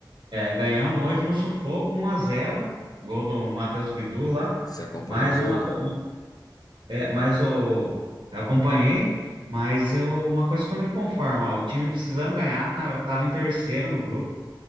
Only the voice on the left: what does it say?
Você acompanhou
o jogo?